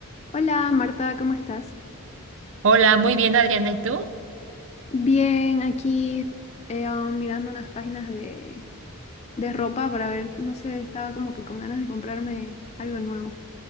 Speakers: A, on the left; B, on the right.
A: Hola Marta, ¿cómo estás?
B: Hola, muy bien, Adriana, ¿y tú?
A: Bien, aquí eh, um, mirando unas páginas de, de ropa para ver, no sé, estaba como que con ganas de comprarme algo nuevo.